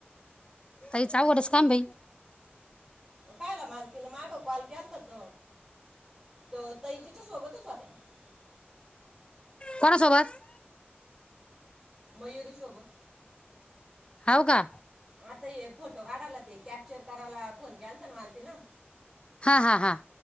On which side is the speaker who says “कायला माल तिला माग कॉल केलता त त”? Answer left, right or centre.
Centre